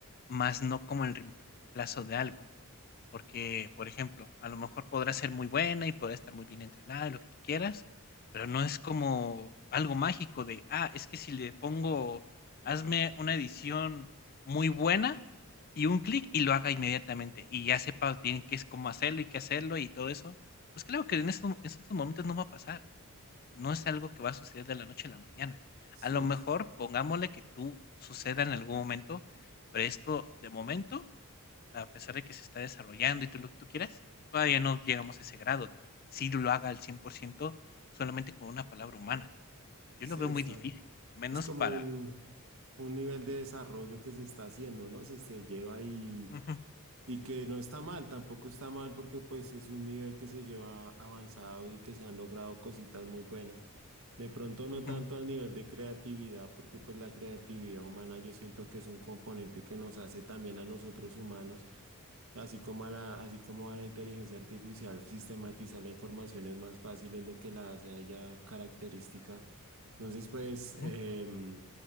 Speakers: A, on the left; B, on the right.
A: más no como el reemplazo de algo. Porque, por ejemplo, a lo mejor podrá ser muy buena y podrá estar muy bien entrenada y lo que tú quieras, pero no es como algo mágico de, ah, es que si le pongo, hazme una edición muy buena y un clic y lo haga inmediatamente y ya sepas bien qué es cómo hacerlo y qué hacerlo y todo eso. Pues claro que en estos, en estos momentos no va a pasar. No es algo que va a suceder de la noche a la mañana.
B: Sí
A: A lo
B: es.
A: mejor pongámosle que tú suceda en algún momento, pero esto de momento a pesar de que se está desarrollando y todo lo que tú quieras, todavía no llegamos a ese grado de que sí lo haga al 100% solamente con una palabra humana. Yo
B: Sí
A: lo veo
B: es.
A: muy difícil,
B: ah,
A: menos
B: Es como
A: para...
B: un, un nivel de desarrollo que se está haciendo, ¿no? Se, se lleva ahí
A: Ujú,
B: Y que no está mal, tampoco está mal porque pues es un nivel que se lleva avanzado y que se han logrado cositas muy buenas. De pronto no
A: ujú,
B: tanto al nivel de creatividad, porque pues la creatividad humana yo siento que es un componente que nos hace también a nosotros humanos, así como a la, así como a la inteligencia artificial, sistematizar la información es más fácil, es lo que la hace a ella característica. Entonces pues
A: ujú,
B: em,